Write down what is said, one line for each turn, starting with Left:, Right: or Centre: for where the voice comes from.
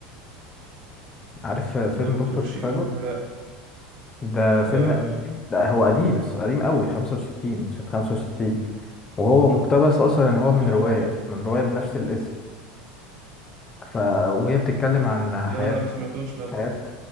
Left: عارف آه، فيلم
Right: دكتور
Left: دكتور شيفاجو
Right: شيفاجو لا
Left: ده فيلم
Right: لا
Left: قديم
Right: لا
Left: ده هو قديم الص- قديم قوي 65 سنة 65 وهو مقتبس اصلا يعني هو من
Right: لا اه
Left: رواية من رواية بنفس الاسم ف وهي بتتكلم عن
Right: لا
Left: حياة
Right: لا ما سمعتوش لا
Left: حياة